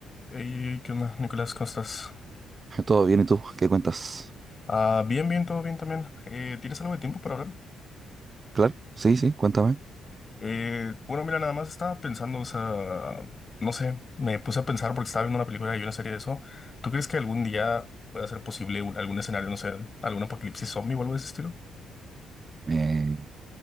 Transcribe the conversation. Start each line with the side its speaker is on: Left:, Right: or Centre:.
Left: Ey, ey, ey, ¿qué onda, Nicolás? ¿Cómo estás?
Right: Todo bien, ¿y tú? ¿Qué cuentas?
Left: Ah, bien, bien, todo bien también. Eh, ¿tienes algo de tiempo para hablar?
Right: Claro, sí, sí, cuéntame.
Left: Eh, bueno, mira, nada más estaba pensando, o sea, no sé, me puse a pensar porque estaba viendo una película y una serie de eso. ¿Tú crees que algún día pueda ser posible un- algún escenario, no sé, algún apocalipsis zombie o algo de ese estilo?
Right: Eh,